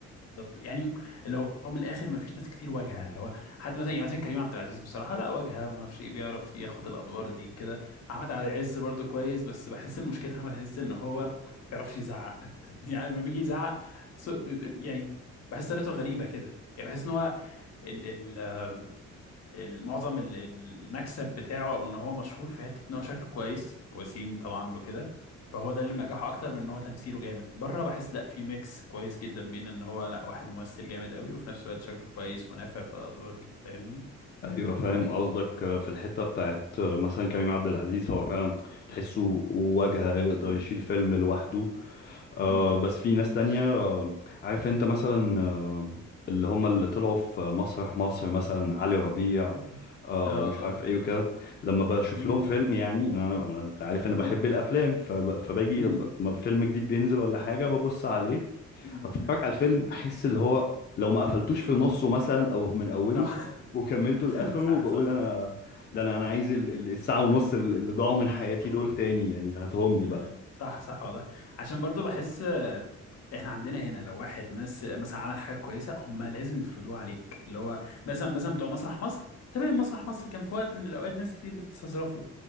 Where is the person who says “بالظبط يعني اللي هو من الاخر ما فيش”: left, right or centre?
Left